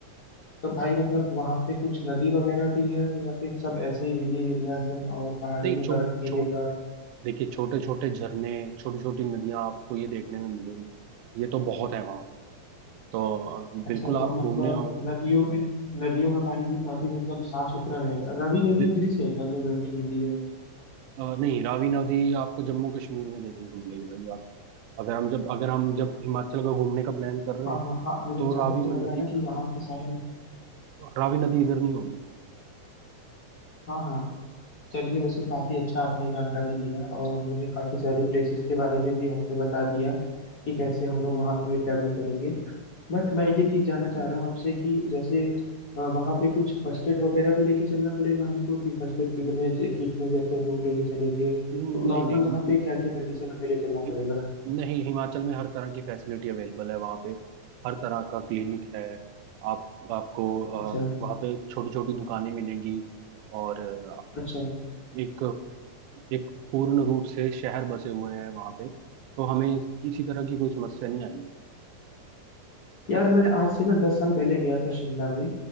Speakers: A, on the left; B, on the right.
A: तो भाई मतलब वहां पे कुछ नदी वगैरह भी है या फिर सब ऐसे ही हिली एरियाज हैं और पहाड़ी
B: नहीं
A: में
B: छोट
A: बर्फ गिरेगा
B: छोट देखिए छोटे छोटे झरने छोटी छोटी नदियां आपको ये देखने में मिलेंगी ये तो बहुत है वहाँ तो अ,
A: अच्छा
B: बिल्कुल आप
A: तो
B: घूमने
A: मतलब
B: आओगे तो
A: नदियों में नदियों का पानी भी काफी मतलब साफ सुथरा रहेगा रवि
B: बि-
A: नदी उधरी से है क्या जो रवि नदी है
B: अ, नहीं रावी नदी आपको जम्मू कश्मीर में देखने को मिलेगी भाई आप अगर हम जब अगर हम जब हिमाचल का घूमने का प्लान कर रहे
A: हाँ
B: हैं
A: हाँ हाँ मुझे
B: तो
A: जहाँ
B: रावी
A: तक मुझे
B: में
A: लग रहा
B: नदी
A: है ना कि यहाँ पे शायद
B: रावी नदी इधर नहीं होगी
A: हाँ हाँ चलिए वैसे काफी अच्छा आपने जानकारी दिया और मुझे काफी सारी प्लेसेस के बारे में भी आपने बता दिया कि कैसे हम लोग वहाँ पे ट्रेवल करेंगे बट मैं ये चीज जानना चाह रहा हूँ आपसे कि जैसे अ, वहाँ पे कुछ फर्स्ट एड वगैरह भी लेके चलना पड़ेगा हमको कि फर्स्ट एड किट में किट में जैसे हम लोग लेके चलेंगे तो
B: नहीं
A: नॉर्मल
B: नहीं
A: वहाँ पे क्या क्या मेडिसिन हमें ले चलना
B: हि-
A: पड़ेगा
B: नहीं हिमाचल में हर तरह की फैसिलिटी अवेलेबल है वहाँ पे हर तरह का क्लिनिक है आप आपको अ,
A: अच्छा
B: वहाँ पे छोटी छोटी दुकानें मिलेंगी और अ,
A: अच्छा
B: एक एक पूर्ण रूप से शहर बसे हुए हैं वहाँ पे तो हमें इस- किसी तरह की कोई समस्या नहीं आएगी
A: यार मैं आज से ना दस साल पहले गया था शिमला में